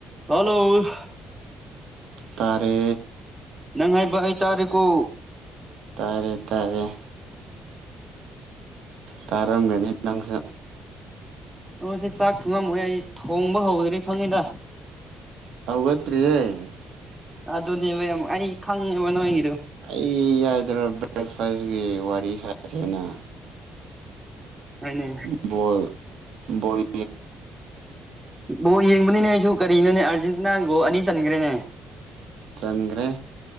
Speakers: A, on the right; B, on the right.
A: <unintelligible> Hello
B: ꯇꯔꯦ
A: ꯅꯪ ꯍꯥꯏꯕ ꯍꯥꯏꯇꯥꯔꯦꯀꯣ
B: ꯇꯥꯔꯦ ꯇꯥꯔꯦ ꯇꯥꯔꯝꯒꯅꯤ ꯅꯪꯁꯨ
A: ꯅ ꯁꯤ ꯆꯥꯛ ꯊꯨꯡꯉꯝꯃꯣꯏ ꯑꯩ ꯊꯣꯡꯕ ꯍꯧꯗ꯭ꯔꯦ ꯈꯪꯉꯤꯗ
B: ꯍꯧꯒꯠꯇ꯭ꯔꯤ
A: ꯑꯗꯨꯅꯦꯕ ꯌꯥꯝ ꯑꯩ ꯈꯪꯉꯦꯕ ꯅꯣꯏꯒꯤꯗꯤ
B: ꯑꯩ ꯍꯥꯏꯗꯅꯣ ꯕ꯭ꯔꯦꯛꯐꯥꯁꯀꯤ ꯋꯥꯔꯤ ꯁꯥꯁꯦꯅ
A: ꯍꯣꯏꯅꯦ
B: <unintelligible>
A: ꯕꯣꯜ ꯌꯦꯡꯕꯅꯤꯅꯦ ꯑꯩꯁꯨ ꯀꯔꯤꯅꯣꯅꯦ ꯑꯥꯔꯖꯦꯟꯇꯤꯅꯥ ꯒꯣꯜ ꯑꯅꯤ ꯆꯟꯈ꯭ꯔꯦꯅꯦ
B: ꯆꯟꯈ꯭ꯔꯦ